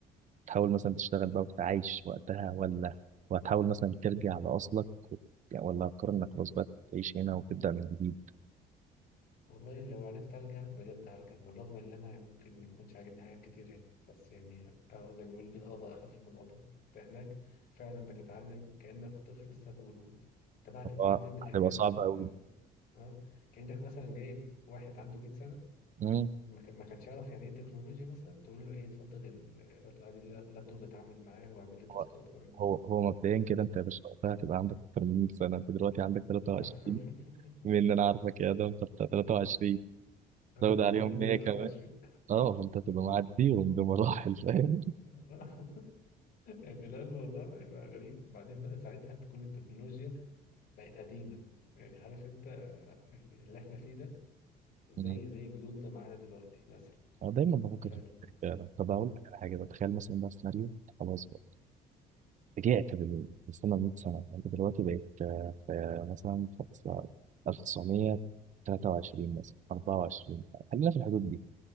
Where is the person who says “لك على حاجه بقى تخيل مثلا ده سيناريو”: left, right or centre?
Right